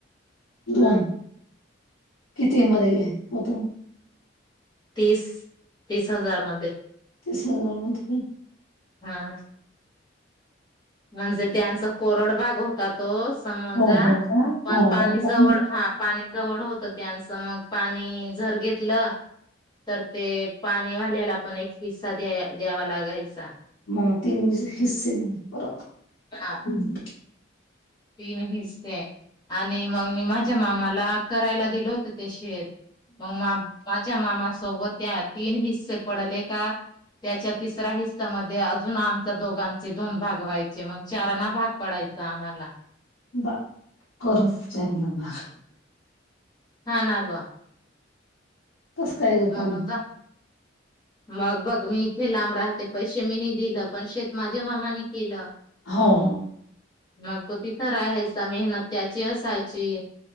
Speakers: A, on the left; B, on the left.
A: दोन, किती मध्ये होत?
B: तीस, तीस हजार मध्ये,
A: तीस हजार मध्ये का
B: हा. म्हणजे त्यांचा कोरड भाग होता तो, समजा,
A: हो हो
B: पण
A: हो
B: पाणी जवळ हा पाणी जवळ होत त्यांचं मग, पाणी झर घेतलं. तर ते पाणी वाल्याला पण एक पिस्सा द्या द्यावा लागायचा.
A: मग तीन हिस्से परत
B: हा.
A: हम्.
B: तीन हिस्से, आणि मग मी माझ्या मामाला करायला दिल होतं ते शेत. मग मा माझ्या मामा सोबत त्या, तीन हिस्से पडले का? त्याच्या तिसऱ्या हिस्सामध्ये अजून आमच्या दोघांचे दोन भाग व्हायचे, मग चारांना भाग पडायच आम्हाला
A: बा, कोरच चारणा बा.
B: हा, ना बा.
A: कस काय ग
B: म्हणून
A: पण
B: जा मग बघ मी इथे लांब राहते, पैसे मीनी दिलं, पण शेत माझ्या मामाने केलं.
A: हो.
B: मग तो तिथं राहायचा, मेहनत त्याची असायची.